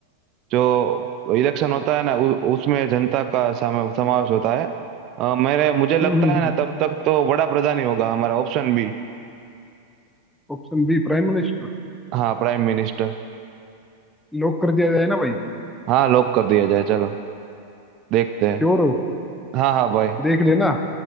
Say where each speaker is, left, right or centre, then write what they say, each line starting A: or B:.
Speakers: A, on the right; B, in the centre.
A: जो इलेक्शन होता है ना उ, उसमें जनता का सम- समावेश होता है अ, मेरे मुझे लगता
B: हम्म हम्म
A: है
B: हम्म
A: ना तब तक तो बड़ा प्रधान ही होगा हमारा Option B
B: option B prime minister
A: हाँ प्राइम मिनिस्टर
B: lock कर दिया जाए ना भाई
A: हाँ लॉक कर दिया जाए चलो देखते हैं
B: श्योर हो
A: हाँ हाँ भाई
B: देख लेना